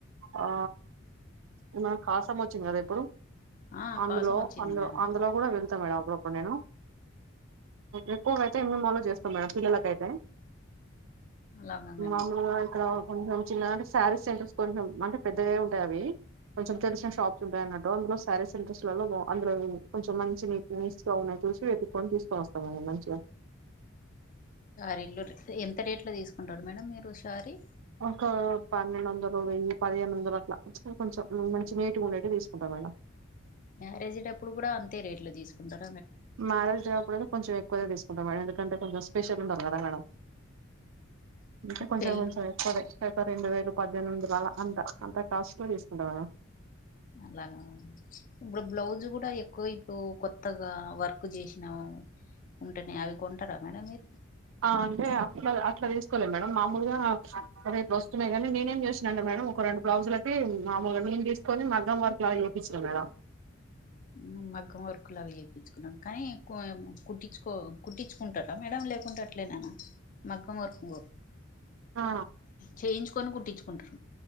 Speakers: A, on the right; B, on the left.
A: ఆ. నిన్న కాసమ్ మొచ్చింది గద ఎ. ఇప్పుడు.
B: ఆ
A: అందులో
B: కాసం వచ్చింది
A: అందులో
B: మేడం
A: అందులో కూడా వెళ్తా మేడం అపు. నేను ఎక్కువగాయితే మిమలు చేస్తాం మేడం పిల్లలకయితే.
B: అలాగా మేడం
A: మాములుగా ఇక్కడ కొంచం. చిన్నంటే శారీస్ సెంటర్స్ కొంచెం అంటే పెద్దదే ఉంటాదే అదీ కొంచెం తెలిసిన షాప్స్ ఉంటాయిన్నట్టు అందులో శారీస్. సెంటలలో వ అందులో కొంచం మంచివీ చూసుకొని చూసి వెతుకొని తీసుకొని వస్తామండి మంచిగ.
B: రీలు ఎంత డేట్ లో తీసుకుంటారు మేడం మీరు రీ
A: ఒక పన్నెండు వందలు వెయ్యి పదిహేను వందలు అట్లా కొంచెం మంచి నేటిగా ఉండేవి తీసుకుంటాం మేడం
B: మ్యారేజ్టప్పుడు కూడా అంతే రేట్ లో తీసుకుంటారు
A: మారలు జేబప్పుడ కొంచెం ఎక్కువగా తీసుకుంటా మేడం ఎందుకంటే కొంచెం స్పెషల్ ఉండాడం ఇకా కొంచెం
B: పెళ్ళి
A: కొంచెం ఎ కొర అ రెండు వేలు పద్దెనిమిది వాళ్ అంత అంత కాస్ట్ లో తీసుకుంటవాళ్ళ
B: అలాగా ఉవు ఇప్పుడు బ్లౌజ్ కూడా ఎక్కువ ఇకు ఇప్పుడు కొత్తగా వర్క్ చేసినా ఉంటేనే అవి కొంటారా మేడం మీరు
A: అంటే అట్లా అట్లా తీసుకోలే మేడం మామూలుగా రేపు వస్తుమే కానీ నేనేం చూసినాంటే మేడ ఒక రెండు బ్లౌజులటి మామూలుగా నేను తీసుకొని మగ్గం వరకు అలా చేయిించినా మేడం
B: మీరు మగ్గం వర్కులు అవి చేయిించుకున్నా కానీ కుట్టించుకో కుట్టించుకుంటారా మేడం లేకుంట అట్లేననా మక్కం మొరకు
A: ఆ
B: చేంచ ని కుట్ంచుకుంటారు